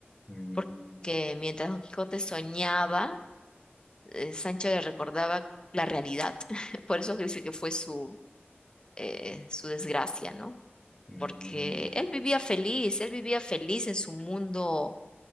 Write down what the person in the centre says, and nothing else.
Mm,
mm,
ya,